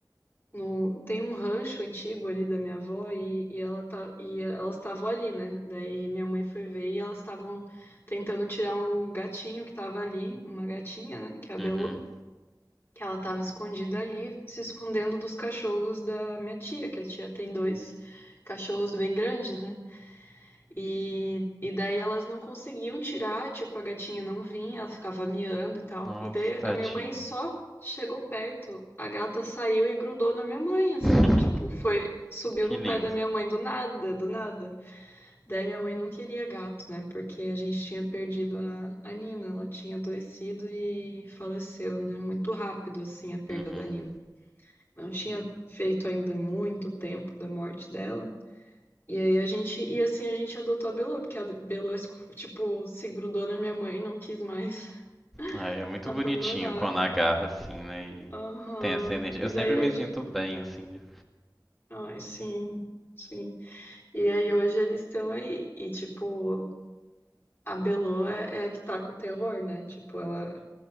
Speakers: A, on the left (about 30°); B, in the centre.
A: no, tem um rancho antigo ali da minha avó e, e ela tá e elas estavam ali, né? Daí minha mãe foi ver e elas estavam tentando tirar um gatinho que tava ali, uma gatinha, né, que é a Belu
B: Uhum.
A: que ela estava escondida ali, se escondendo dos cachorros da minha tia, que a tia tem dois cachorros bem grandes, né? E, e daí elas não conseguiam tirar, tipo, a gatinha não vinha, ela ficava miando e tal.
B: Nossa,
A: E daí
B: tadinho.
A: a minha mãe só chegou perto, a gata saiu e grudou na minha mãe, assim,
B: <laughs>
A: tipo, foi, subiu
B: Que
A: no
B: lindo.
A: pé da minha mãe do nada, do nada. Daí minha mãe não queria gato, né? Porque a gente tinha perdido a, a Nina, ela tinha adoecido e faleceu, né? Muito rápido, assim, a perda
B: Uhum.
A: da Nina. Não tinha feito ainda muito tempo da morte dela. E aí a gente, e assim a gente adotou a Belô, porque a Belô, esco- tipo, se grudou na minha mãe e não quis mais
B: Ai,
A: <laughs>
B: é muito
A: abandonar.
B: bonitinho quando agarra assim, né? E
A: Aham.
B: tem essa energia.
A: E
B: Eu sempre
A: daí
B: me
A: hoje,
B: sinto bem assim. de-
A: ai, sim, sim. E aí hoje eles estão aí. E tipo, a Belô é, é a que tá com o terror, né? Tipo, ela,